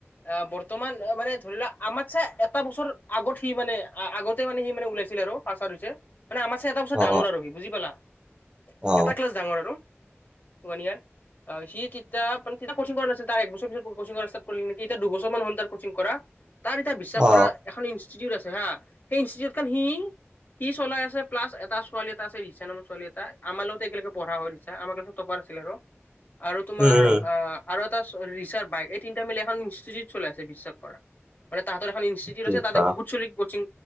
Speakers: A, on the left; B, on the right.
A: অ বৰ্তমান অ মানে ধৰি লোৱা আমাতচে এটা বছৰ আগত সি মানে আগতে মানে সি মানে ওলাইছিল আৰু ফাচত হৈছে মানে আমাতচে এটা বছৰ
B: অ
A: ডাঙৰ আৰু সি বুজি পালা
B: অ অ
A: এটা ক্লাছ ডাঙৰ আৰু সমনীয়াৰ অ সি তেতি মান তেতিয়া কচিং কৰা নাছিল তাৰ এক বছৰ পিছত কচিং কৰা ষ্টাট কৰিলে নিকি এতিয়া দুবছৰমান হল তাৰ কচিং কৰা তাৰ এতিয়া বিশ্বাস
B: অ
A: কৰা এখন ইনষ্টিটিউট আছে হা সেই ইনষ্টিটিউটখন সি সি চলাই আছে প্লাচ এটা ছোৱালী এটা আছে ৰিচা নামৰ ছোৱালী এটা আমাৰ লগতে একেলগে পঢ়া হয় ৰিচা আমাৰ ক্লাছত টপাৰ আছিল আৰো আৰু তোমাৰ
B: উম উম
A: আ আৰু এটা ৰিচাৰ বাইক এই তিনিটা মিলি এখন ইনষ্টিটিউট চলাই আছে বিশ্বাস কৰা মানে তাঁহাতৰ ফালে এখন ইনষ্টিটিউট
B: কি
A: আছে
B: কোৱা
A: তাতে বহুত ছলি কোচিং